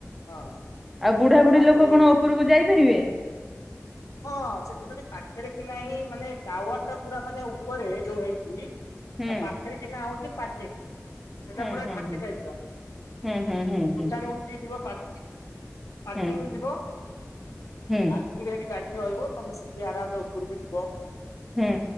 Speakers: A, on the left; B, in the centre.
A: ହଁ
B: ଆଉ ବୁଢ଼ା
A: ତାପରେ
B: ବୁଢ଼ୀ ଲୋକ କଣ
A: ଏପଟେ
B: ଉପରକୁ ଯାଇପାରିବେ?
A: ହଁ ସେପଟେ ପାଖରେ କି ନାହିଁ ମାନେ ଟାୱାର ଟା ପୁରା ମାନେ ଉପରେ ଯୋଉ ହେଇଛି।
B: ହୁଁ
A: ତା ପାଖରେ କିନା ହଉଛି ପର୍କେଙ୍କି। ସେଟା
B: ହୁଁ
A: ପୁରା
B: ହୁଁ
A: ଘାଟି ଟାଇପ୍ ର
B: ହୁଁ ହୁଁ ହୁଁ ହୁଁ
A: ଉଠାଣି ଉଠିକି ଯିବ ପାର୍କ ପାର୍କିଂ
B: ହୁଁ ହୁଁ
A: ଯିବ
B: ହୁଁ
A: ପାର୍କିଂରେଠି ଗାଡ଼ି ରହିବ ତମେ ସେଠି ଆରାମରେ ଉପରକୁ ଯିବ।
B: ହୁଁ।